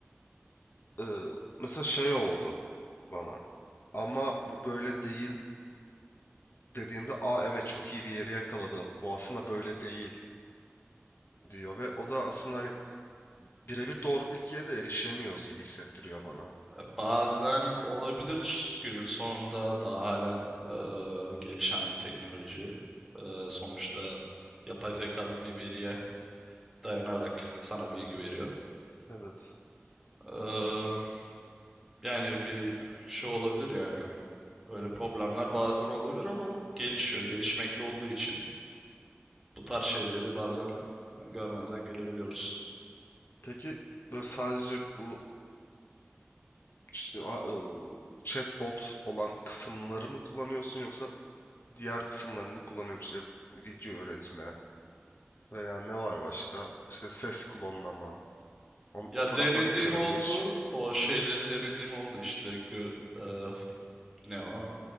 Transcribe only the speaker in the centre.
E, Bazen olabilir günün sonunda daha halen eee, gelişen bir teknoloji. Eee, sonuçta yapay zeka da bir veriye dayanarak sana bilgi veriyor.
Eee, yani bir şey olabilir yani. Öyle problemler bazen olabilir ama gelişiyor. Gelişmekte olduğu için bu tarz şeyleri bazen e, görmezden gelebiliyoruz.
Ya
denediğim
oldu.
O şeyleri denediğim oldu işte. Gö- eee, ne o?